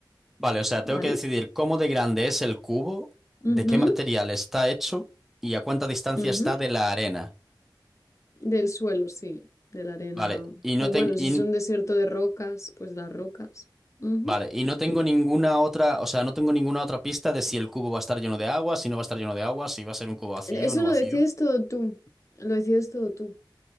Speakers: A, in the centre; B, on the left.
A: Vale, o sea, tengo
B: ¿Vale?
A: que decidir cómo de grande es el cubo, de
B: Ujú,
A: qué material está hecho y a cuánta distancia
B: ujú.
A: está de la arena.
B: Del suelo, sí, de la arena.
A: Vale, y no
B: O
A: ten-
B: bueno,
A: y-
B: si es un desierto de rocas, pues las rocas. Ujú.
A: vale, y no tengo ninguna otra, o sea, no tengo ninguna otra pista de si el cubo va a estar lleno de agua, si no va a estar lleno de agua, si va a ser un cubo vacío
B: Eso
A: o no vacío.
B: lo decides todo tú. Lo decides todo tú.